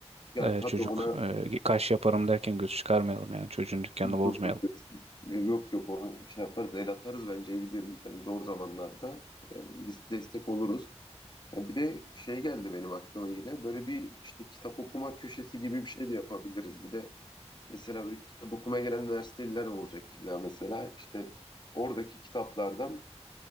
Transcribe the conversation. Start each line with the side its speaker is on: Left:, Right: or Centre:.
Left: Ya
Right: Ee,
Left: tabii
Right: çocuk
Left: ona
Right: e, kaş yaparım derken göz çıkarmayalım yani çocuğun dükkanını bozmayalım.
Left: Doğru diyorsun. Yok yok ona şey yaparız el atarız bence el birlik hani zor zamanlarda e, biz destek oluruz. Ya bir de şey geldi benim aklıma yine böyle bir işte kitap okuma köşesi gibi bir şey de yapabiliriz. Bir de mesela böyle kitap okumaya gelen üniversiteliler olacak illa mesela işte oradaki kitaplardan